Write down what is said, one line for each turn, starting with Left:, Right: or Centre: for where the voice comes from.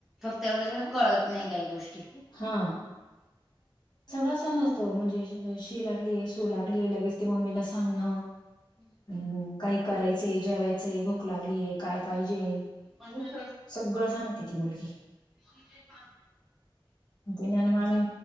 Centre: तेवढं जेवं कळत नाही काही गोष्टी.
Left: हा सगळं समजत म्हणजे शी लागली सु लाग ल लगेच ती मम्मीला सांगणं. हम्म, काही करायचं जेवायचंय भूक लागलीय काय पाहिजे.
Centre: म्हणजे
Left: सगळं सांगते ती मुलगी
Centre: त ते
Left: विनन मामी